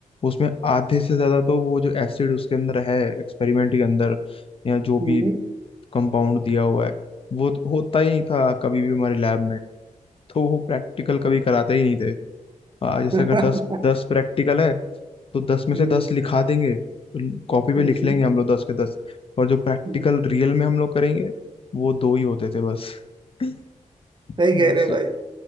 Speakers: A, on the left; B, on the right.
A: उसमें आधे से ज्यादा तो वो जो एसिड उसके अंदर है एक्सपेरिमेंट के अंदर या जो
B: हम्म,
A: भी
B: हम्म,
A: कंपाउंड दिया हुआ है वो तो होता ही नहीं था कभी भी हमारे लैब में तो वो प्रैक्टिकल कभी कराते ही नहीं थे आ, जैसे
B: <laughs>
A: अगर दस दस प्रैक्टिकल है तो दस में
B: हम्म,
A: से दस लिखा देंगे तो कॉपी पे
B: हम्म,
A: लिख लेंगे हम लोग दस के दस और जो प्रैक्टिकल
B: हम्म,
A: रियल में हम लोग करेंगे वो दो ही होते थे बस <laughs>
B: सही
A: बस
B: कह रहे भाई